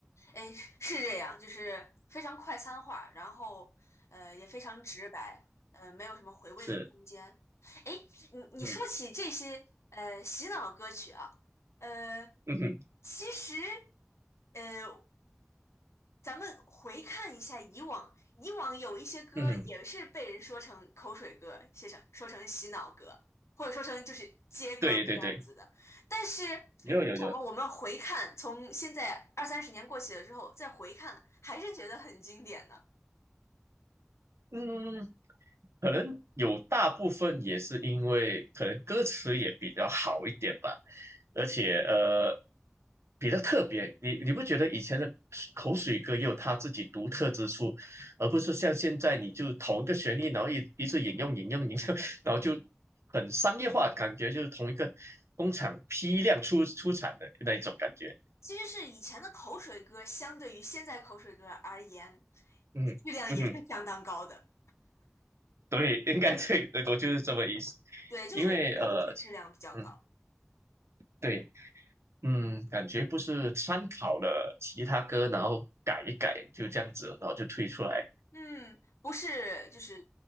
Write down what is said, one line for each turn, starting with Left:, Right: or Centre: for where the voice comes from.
Left: 哎，是这样，就是非常快餐化，然后呃也非常直白，呃没有什么回味的空间。
Right: <laughs> 是，
Left: 哎，你你说起这些呃洗脑歌曲啊，
Right: 嗯
Left: 呃，
Right: 嗯哼
Left: 其实呃咱们回看一下以往，以往有一些歌也是被人说成口水歌，
Right: 嗯哼
Left: 写成说成洗脑歌，或者说成就是接歌这样子的。
Right: 对对对，
Left: 但是为
Right: 有有有，
Left: 什么我们回看，从现在二三十年过去了之后再回看，还是觉得很经典呢？
Right: 嗯。可能有大部分也是因为可能歌词也比较好一点吧，而且呃比较特别。你你不觉得以前的口水歌也有它自己独特之处，而不是像现在你就同一个旋律，然后一一直引用引用引用，<laughs> 然后就很商业化，感觉就是同一个工厂批量出出产的那一种感觉。
Left: 其实是以前的口水歌，相对于现在口水歌而言，
Right: 嗯嗯哼，
Left: 质量也是相当高的。
Right: 对，应该对，对我就是这么意思。
Left: 对，就是整体质量比较高。
Right: 因为呃，嗯，对。嗯，感觉不是参考了其他歌，然后改一改，就这样子，然后就推出来。
Left: 嗯，不是，就是